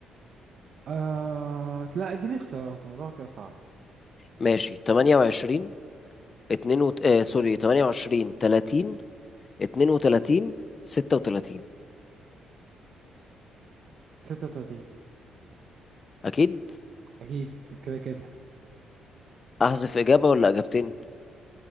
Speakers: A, on the right (about 60°); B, on the left (about 35°).
A: آه لا دي اختيارات الموضوع كده صعب
B: ماشي 28 2 وت... آه سوري 28 30 32 36
A: 36
B: اكيد
A: اكيد كده كده
B: احذف اجابة ولا اجابتين